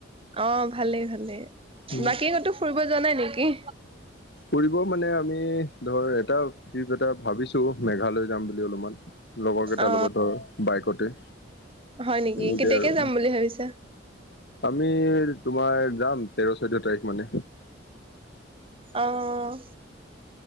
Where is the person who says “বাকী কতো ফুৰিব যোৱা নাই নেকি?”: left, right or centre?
Right